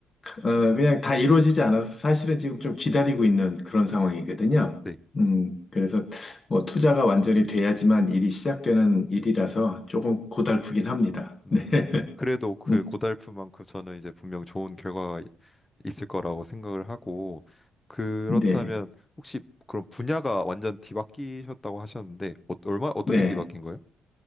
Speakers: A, on the left; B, on the left.
A: 어, 그냥 다 이루어지지 않아서 사실은 지금 좀 기다리고 있는 그런 상황이거든요.
B: 네.
A: 음, 그래서 뭐 투자가 완전히 돼야지만 일이 시작되는 일이라서 조금 고달프긴 합니다.
B: 음,
A: 네.
B: 그래도 그
A: 음,
B: 고달프만큼 저는 이제 분명 좋은 결과가 이- 있을 거라고 생각을 하고 그렇다면
A: 네.
B: 혹시 그럼 분야가 완전 뒤바뀌셨다고 하셨는데 어, 얼마 어떻게
A: 네.
B: 뒤바뀐 거예요?